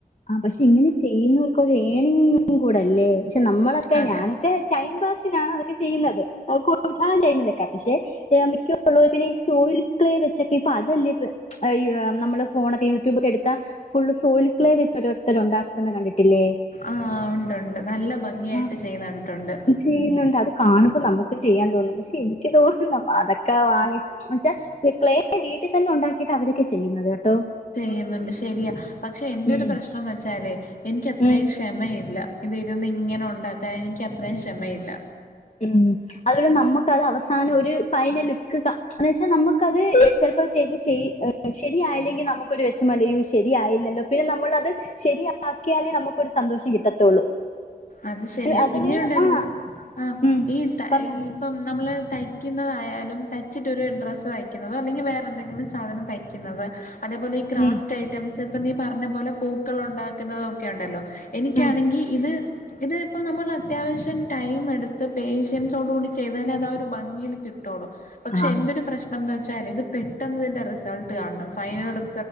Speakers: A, on the left; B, on the left.
A: ആ പക്ഷെ ഇങ്ങനെ ചെയ്യുന്നവർക്കൊരു ഏർണിങ് കൂടെല്ലേ പക്ഷെ നമ്മളൊക്കെ
B: അതെ.
A: ഞാനൊക്കെ ടൈം പാസിന ആ അതൊക്കെ ചെയ്യുന്നത് ഏ കോവിഡ് ആ ടൈമിലൊക്കെ പക്ഷെ ഏ മിക്കുള്ളൊരു പിന്നെ ഈ സോയിൽ ക്ലേ വെച്ചൊക്കെ ഇപ്പൊ അതല്ല ട്രെ <unintelligible> നമ്മള് ഫോണൊക്കെ യൂട്യൂബക്കെ എടുത്ത ഫുൾ സോയിൽ ക്കളെ വെച്ച് രോരുത്തർ ഉണ്ടാക്കന്ന് കണ്ടിട്ടില്ലേ
B: ആഹ് ഉണ്ടുണ്ട് നല്ല ഭംഗിയായിട്ട്
A: ഉം
B: ചെയ്യുന്നുട്ടുണ്ട്
A: ഇ ചെയ്യുന്നുണ്ട് അത് കാണുമ്പോ നമുക്ക് ചെയ്യാൻ തോന്നും പക്ഷെ എനിക്ക് തോന്നുന്നു അതൊക്കെ വാങ്ങിച്ച ഇ ക്ലെയ് <inaudible> വീട്ടിൽ തന്നെ ഉണ്ടാക്കിട്ട് അവരൊക്കെ ചെയ്യുന്നത് കേട്ടോ
B: ചെയ്യുന്നുണ്ട് ശരിയാ പക്ഷെ എന്റെ
A: ഉം
B: ഒരു പ്രശ്നംന്ന് വെച്ചാല് എനിക്ക് അത്രയും
A: ഉം
B: ക്ഷമയില്ല ഇത് ഇരുന്ന് ഇങ്ങനെ ഉണ്ടാക്കാൻ എനിക്ക് അത്രയും ക്ഷമയില്ല
A: ഉം അതുകൊണ്ട് നമുക്കത് അവസാനം ഒരു ഫൈനൽ ലുക്ക് ക എന്ന് വച്ചാ നമുക്കത് ചിലപ്പോത് ചെയ്യ്ത് ശരി ശരിയായില്ലെങ്കിൽ നമുക്കൊരു വെഷമല്ലേ <unintelligible> ശരിയായില്ലല്ലോ പിന്നെ നമ്മളത് ശരിയാക്കിയാലേ നമുക്കൊരു സന്തോഷം കിട്ടത്തുള്ളൂ
B: അത് ശരിയാ
A: അതിന്
B: പിന്നെ ഉണ്ടല്ലോ
A: ആഹ്
B: ആഹ
A: ഉം
B: ഈ ത
A: പറഞ്ഞോ
B: ഈപ്പം നമ്മള് തയ്ക്കുന്നതായാലും തയ്ച്ചിട്ടൊരു ഡ്രസ്സ് തയ്ക്കുന്നതോ അല്ലെങ്കിൽ വേറെ എന്തെങ്കിലും സാധനം തയ്ക്കുന്നത് അതേപോലെ ഈ ക്രാഫ്റ്റ്
A: ഉം
B: ഐറ്റംസ് ഇപ്പൊ നീ പറഞ്ഞ പോലെ പൂക്കൾ ഉണ്ടാക്കുന്നതും ഒക്കെ ഉണ്ടല്ലോ എനിക്കാണെങ്കി
A: ഉം
B: ഇത് ഇത് ഇപ്പോ നമ്മൾ അത്യാവശ്യം ടൈം എടുത്ത് പേഷ്യൻസോടു കൂടി ചെയ്താലേ അത് ആ ഒരു ഭംഗിയിൽ കി ട്ടൂള്ളു പക്ഷെ
A: ആഹ്
B: എന്റെയൊരു പ്രശ്നം എന്ന് വെച്ചാൽ ഇത് പെട്ടന്ന് അതിന്റെ റിസൾട്ട് കാണണം ഫൈനൽ റി